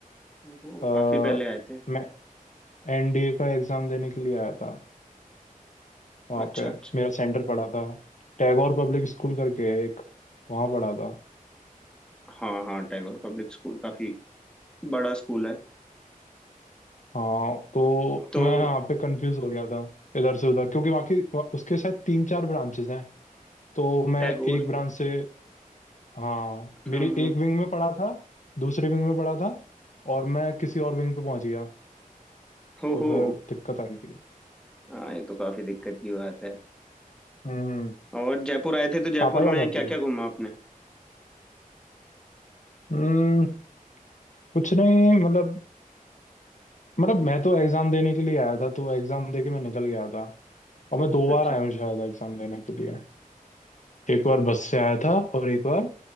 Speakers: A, in the centre; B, on the left (about 55°).
A: ओहो
B: अ,
A: काफी पहले आए थे
B: मैं एनडीए का एग्ज़ाम देने के लिए आया था वहाँ
A: अच्छा
B: पे
A: अच्छा
B: मेरा सेंटर पड़ा था टैगोर पब्लिक स्कूल करके है एक वहाँ पड़ा था
A: हाँ हाँ टैगोर पब्लिक स्कूल काफी बड़ा स्कूल है
B: हाँ तो
A: तो
B: मैं यहाँ पे कंफ्यूज हो गया था इधर से उधर क्योंकि बाकी उसके साथ तीन चार ब्रांचेज हैं तो मैं
A: टैगोर
B: एक ब्रांच से हाँ
A: हम्म
B: मेरी
A: हम्म,
B: एक विंग में पड़ा था दूसरे विंग में पड़ा था और मैं किसी और विंग पे पहुंच गया
A: हो
B: तो
A: हो
B: फिर दिक्कत आ रही थी
A: हाँ ये तो काफी दिक्कत की बात है
B: हम्म
A: और जयपुर आए थे तो जयपुर
B: आप आए हो आगरा
A: में क्या
B: कभी
A: क्या घूमा आपने
B: हम्म कुछ नहीं मतलब मतलब मैं तो एग्जाम देने के लिए आया था तो एग्जाम देके मैं निकल गया था और मैं दो
A: अच्छा
B: बार आया हूँ शायद एग्जाम देने के लिए एक बार बस से आया था और एक बार